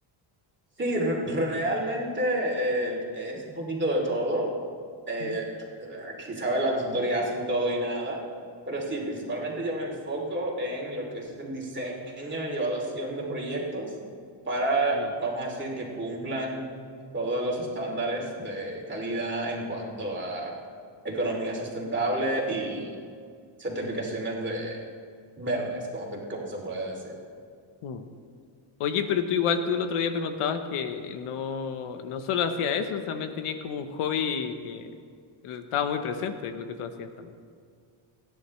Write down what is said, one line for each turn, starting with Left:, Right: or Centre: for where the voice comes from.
Right: Sí, re- realmente eh, es un poquito de todo. eh,
Left: Mm,
Right: aquí sabes las consultorías hacen todo y nada, pero sí, principalmente yo me enfoco en lo que es el diseño y evaluación de proyectos para,
Left: Ya.
Right: vamos a decir, que cumplan todos los estándares de calidad en cuanto a economía sustentable y certificaciones de verdes, como, se- como se puede decir.
Left: Mm. Oye, pero tú igual, tú el otro día me contabas que no, no solo hacías eso, también tenías como un hobby que estaba muy presente en lo que tú hacías también.